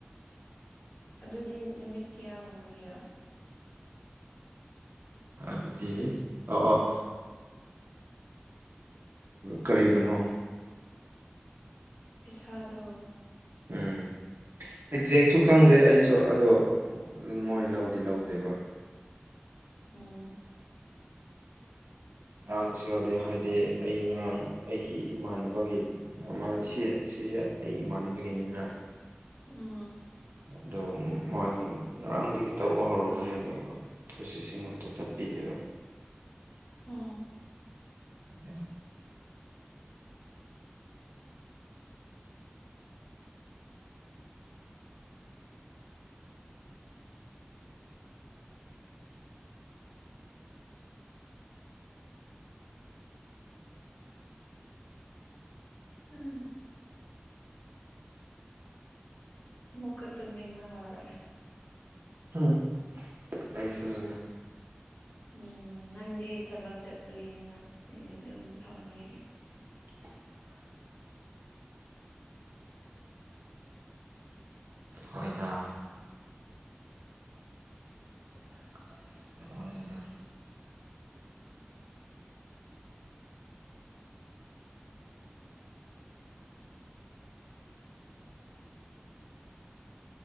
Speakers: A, on the left; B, on the right.
A: ꯑꯗꯨꯗꯤ ꯅꯨꯃꯤꯠ ꯀꯌꯥꯒꯨꯝꯕꯒꯤꯔꯥ
B: ꯍꯥꯏꯕꯗꯤ ꯑꯣ ꯑꯣ ꯀꯔꯤꯕꯨꯅꯣ
A: ꯄꯁꯥꯗꯣ
B: ꯎꯝ ꯑꯦꯛꯖꯦꯛꯁꯨ
A: ꯅꯨꯃꯤꯠ
B: ꯈꯪꯗꯦ ꯑꯩꯁꯨ ꯑꯗꯣ ꯃꯣꯏ
A: ꯎꯝ
B: ꯂꯧꯗꯤ ꯂꯧꯗꯦꯕ
A: ꯎꯝ
B: ꯉꯔꯥꯡꯁꯨ ꯌꯥꯗꯦ <unintelligible> ꯍꯥꯏꯗꯤ ꯑꯩ ꯉꯔꯥꯡ ꯑꯩꯒꯤ ꯏꯃꯥꯟꯅꯕꯒꯤ ꯑꯃ ꯁꯤ ꯁꯤꯁꯦ ꯑꯩ ꯏꯃꯥꯟꯅꯕꯒꯤꯅꯤꯅ
A: ꯎꯝ
B: ꯑꯗꫭ ꯃꯥꯒꯤ ꯉꯔꯥꯡꯗꯒꯤ ꯇꯧꯕ ꯍꯧꯔꯨꯕꯅꯦ ꯑꯗꯣ ꯄꯔꫭꯁꯤꯁꯤꯡ ꯑꯝꯇ ꯆꯠꯄꯤꯗꯦꯕ
A: ꯎꯝ
B: <inaudible>
A: ꯎꯝ ꯃꯨꯀ ꯇꯨꯝꯅꯤꯡꯕ ꯍꯧꯔꯦ
B: ꯎꯝ ꯑꯩꯁꯨꯅꯤꯅꯦ
A: ꯎꯝ ꯅꯪꯗꯤ ꯊꯕꯛ ꯆꯠꯄꯒꯤꯅꯤꯅ ꯑꯩꯗꯤ ꯑꯗꯨꯝ ꯐꯝꯃꯦ
B: <unintelligible> ꯍꯣꯏꯗ <unintelligible>